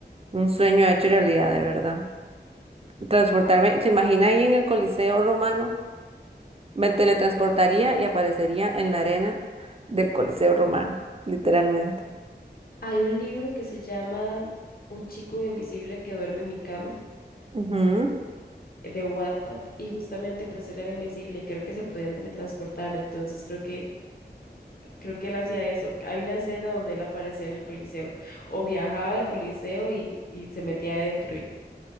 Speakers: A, on the right; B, on the left.
A: un sueño hecho realidad, de verdad. Transportarme, ¿se imagina ahí en el Coliseo Romano? Me teletransportaría y aparecería en la arena del Coliseo Romano, literalmente.
B: Hay un libro que se llama Un chico invisible que duerme en mi cama,
A: Ujú,
B: eh, de Wattpad, y justamente pues él era invisible y creo que se podían teletransportar, entonces creo que creo que él hacía eso. Hay una escena donde él aparecía en el Coliseo o viajaba al Coliseo y, y se metía adentro y